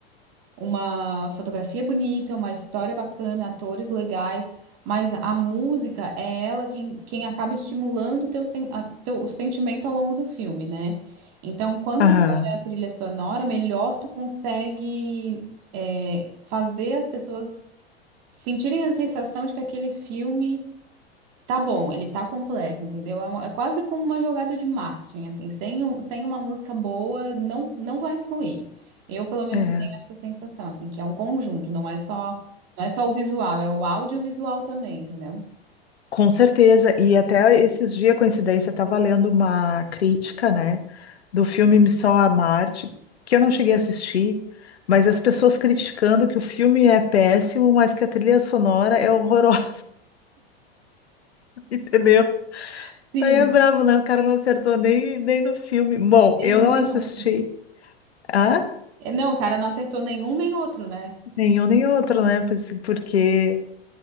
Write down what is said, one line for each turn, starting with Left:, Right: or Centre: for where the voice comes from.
Right: uma fotografia bonita, uma história bacana, atores legais, mas a música é ela quem, quem acaba estimulando o teu, sen- a- teu sentimento ao longo do filme, né? Então, quanto
Left: Ah,
Right: melhor é a trilha sonora, melhor tu consegue é, fazer as pessoas sentirem a sensação de que aquele filme Tá bom, ele tá completo, entendeu? É, uma- é quase como uma jogada de marketing, assim, sem, um- sem uma música boa não, não vai fluir. Eu, pelo menos,
Left: é.
Right: tenho essa sensação, assim, que é um conjunto, não é só, não é só o visual, é o audiovisual também, entendeu?
Left: Com certeza. E até esses dias, coincidência, eu estava lendo uma crítica, né, do filme Missão a Marte, que eu não cheguei a assistir, mas as pessoas criticando que o filme é péssimo, mas que a trilha sonora é horrorosa, <laughs> entendeu?
Right: Sim.
Left: Aí é bravo, né? O cara não acertou nem, nem no filme. Bom,
Right: Nenhum
Left: eu não
Right: nem
Left: assisti
Right: outro.
Left: a
Right: É, Não, o cara não acertou nenhum nem outro, né?
Left: nenhum nem outro, né? Pois- Porque.